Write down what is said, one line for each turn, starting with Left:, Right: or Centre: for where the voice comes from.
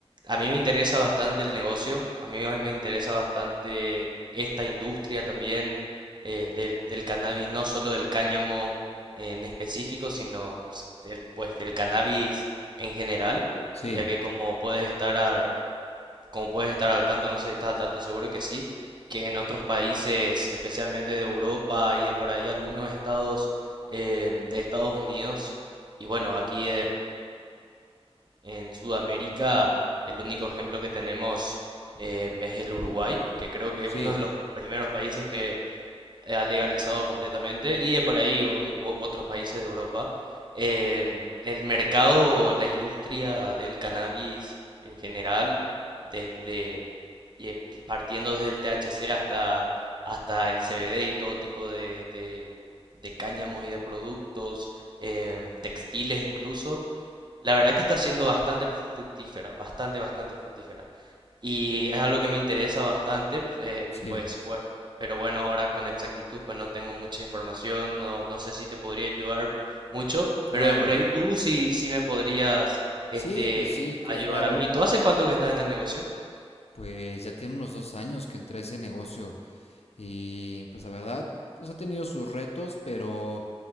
Right: a mí me interesa bastante el negocio, a mí me me interesa bastante esta industria también eh, del, del cannabis, no solo del cáñamo en específico, sino s- del, pues, del cannabis en general,
Left: Sí,
Right: ya que como puedes estar a- como puedes estar al tanto, no sé si estás al tanto, seguro que sí, que en otros países, especialmente de Europa y de por ahí algunos estados em, de Estados Unidos, y bueno, aquí en en Sudamérica, el único ejemplo que tenemos eh, es el Uruguay, que creo que
Left: sí,
Right: es uno de los primeros países que ha legalizado completamente, y de por ahí o- o- otros países de Europa. Eh, el mercado, la industria del cannabis en general, desde y, eh, partiendo desde el THC hasta, hasta el CBD y todo tipo de, de, de cáñamos y de productos, em, textiles incluso la verdad que está siendo bastante fructífera, bastante, bastante fructífera. Y es algo que me interesa bastante, eh,
Left: sí,
Right: pues, bueno, pero bueno, ahora con exactitud, pues no tengo mucha información, no, no sé si te podría ayudar mucho,
Left: claro.
Right: pero de por ahí tú sí, sí me podrías, este,
Left: Sí, pues sí, cla-
Right: ayudar
Left: claro.
Right: a mí. ¿Tú hace cuánto que estás en el negocio?
Left: Pues ya tiene unos dos años que entré a ese negocio y pues la verdad, pues ha tenido sus retos, pero